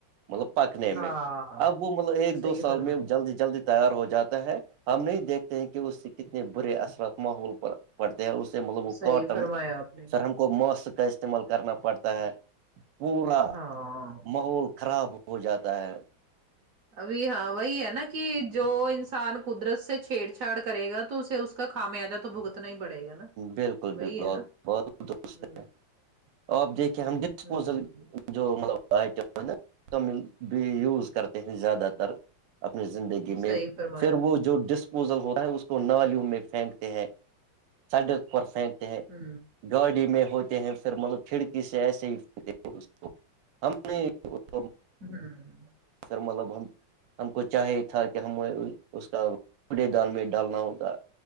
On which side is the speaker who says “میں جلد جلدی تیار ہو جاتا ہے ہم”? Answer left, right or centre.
Right